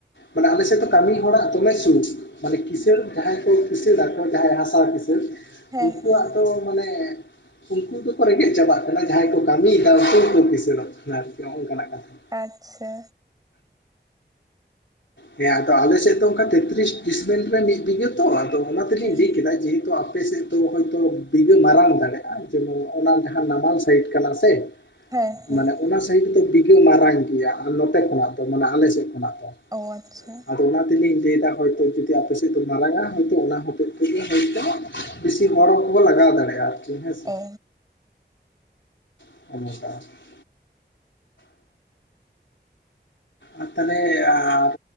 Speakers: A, on the left; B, on the right.
A: ᱢᱟᱱᱮ ᱟᱞᱮᱥᱮᱫ ᱫᱚ ᱠᱟᱢᱤ ᱦᱚᱲᱟᱜ ᱫᱚᱢᱮ ᱥᱩᱠᱷ ᱢᱟᱱᱮ ᱠᱸᱤᱥᱟᱹᱲ ᱡᱟᱦᱟᱸᱭ ᱠᱚ ᱠᱤᱥᱟᱹᱲᱟᱠᱚ ᱡᱟᱦᱟᱸᱭ ᱦᱟᱥᱟ ᱠᱸᱤᱥᱟᱹᱲ
B: ᱦᱮᱸ
A: ᱩᱱᱠᱩᱣᱟᱜ
B: ᱦᱮᱸ
A: ᱫᱚ ᱢᱟᱱᱮ ᱩᱱᱠᱩ ᱫᱚᱠᱚ ᱨᱮᱸᱜᱮᱡ ᱪᱟᱵᱟᱜ ᱠᱟᱱᱟ ᱡᱟᱦᱟᱸᱭ ᱠᱚ ᱠᱟᱹᱢᱤᱭᱮᱫᱟ ᱩᱱᱠᱩ ᱜᱮᱠᱚ ᱠᱤᱥᱟᱹᱟᱹᱲᱚᱜ ᱠᱟᱱᱟ ᱟᱨᱠᱤ ᱱᱚᱜᱼ ᱱᱚᱝᱠᱟᱱᱟᱜ ᱠᱟᱛᱷᱟ
B: ᱟᱪᱪᱷᱟ
A: ᱦᱮᱸ ᱟᱫᱚ ᱟᱞᱮ ᱥᱮᱫ ᱫᱚ ᱚᱱᱠᱟ ᱛᱮᱛᱨᱤᱥ ᱰᱤᱥᱢᱤ ᱨᱮ ᱢᱤᱫ ᱵᱤᱜᱷᱟᱹ ᱛᱚ ᱟᱫᱚ ᱚᱱᱟ ᱛᱮᱞᱤᱧ
B: ᱦᱩᱸ
A: ᱞᱟᱹᱭ ᱠᱮᱫᱟ ᱡᱮᱦᱮᱛᱩ ᱟᱯᱮᱥᱮᱫ ᱫᱚ ᱦᱚᱳᱭᱛᱚ ᱵᱤᱜᱷᱟᱹ ᱢᱟᱨᱟᱝ ᱫᱟᱲᱮᱭᱟᱜᱼᱟ ᱡᱮᱢᱚᱱ ᱚᱱᱟ ᱡᱟᱦᱟᱸ ᱱᱟᱢᱟᱞ ᱥᱟᱭᱤᱰ ᱠᱟᱱᱟ ᱥᱮ
B: ᱦᱮᱸ ᱦᱮᱸ
A: ᱢᱟᱱᱮ ᱚᱱᱟ ᱥᱟᱭᱤᱰ ᱫᱚ ᱵᱤᱜᱷᱟᱹ ᱢᱟᱨᱟᱝ ᱜᱮᱭᱟ ᱟᱨ ᱱᱚᱛᱮ ᱠᱷᱚᱱᱟᱜ ᱫᱚ ᱢᱟᱱᱮ ᱟᱞᱮ ᱥᱮᱫ ᱠᱷᱚᱱᱟᱜ ᱫᱚ
B: ᱚ ᱟᱪᱪᱷᱟ
A: ᱛᱚ ᱚᱱᱟ ᱛᱮᱞᱤᱧ ᱞᱟᱹᱭ ᱫᱟ ᱦᱚᱭᱛᱚ ᱡᱩᱫᱤ ᱟᱯᱮ ᱥᱮᱫ ᱫᱚ ᱢᱟᱨᱟᱝᱟ ᱦᱚᱭᱛᱚ ᱚᱱᱟ ᱦᱚᱛᱮᱫ ᱛᱮᱜᱮ ᱦᱚᱭᱛᱚ ᱵᱤᱥᱤ ᱦᱚᱲ ᱠᱚ ᱞᱟᱜᱟᱣ ᱫᱟᱲᱮᱭᱟᱜᱼᱟ ᱟᱨ ᱡᱮ ᱦᱮᱥᱮ
B: ᱚ
A: <unintelligible> ᱟ ᱛᱟᱞᱮ ᱟᱨ